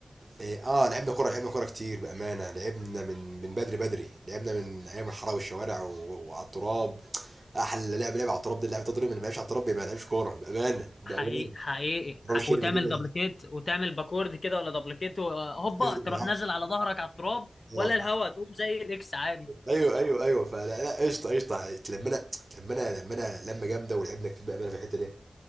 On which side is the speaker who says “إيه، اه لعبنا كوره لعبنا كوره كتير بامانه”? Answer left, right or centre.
Right